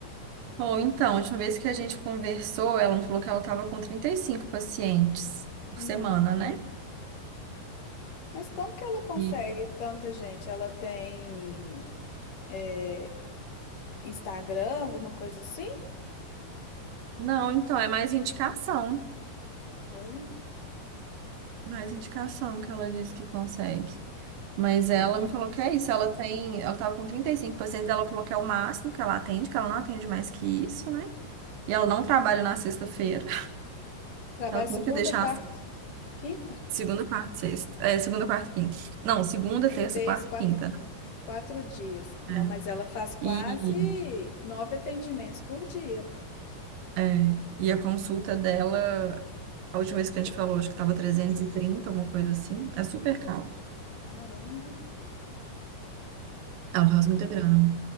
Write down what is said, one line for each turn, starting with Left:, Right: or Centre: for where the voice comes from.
Right: Ou então, a última vez que a gente conversou, ela me falou que ela estava com 35 pacientes por
Left: Hum,
Right: semana, né?
Left: Mas como que ela consegue
Right: E,
Left: tanta gente? Ela tem eh, Instagram, alguma coisa assim?
Right: não, então, é mais indicação.
Left: Olha.
Right: Mais indicação que ela disse que consegue. Mas ela me falou que é isso, ela tem, ela tava com trinta e cinco por cento, ela falou que é o máximo que ela atende, que ela não atende mais que isso, né? E ela não trabalha na sexta-feira.
Left: Trabalho
Right: Ela
Left: segunda,
Right: sempre deixa
Left: quarta,
Right: assim,
Left: quinta,
Right: segunda, quarta, e sexta. É, segunda, quarta e quinta. Não, segunda, terça,
Left: terça,
Right: quarta
Left: quarta
Right: e quinta,
Left: e quinta. Quatro dias. Não,
Right: né?
Left: mas ela faz quase
Right: É. E,
Left: nove atendimentos por dia.
Right: é, e a consulta dela, a última vez que a gente falou, acho que tava 330, uma coisa assim. É super caro.
Left: Caramba,
Right: Ela faz muita grana.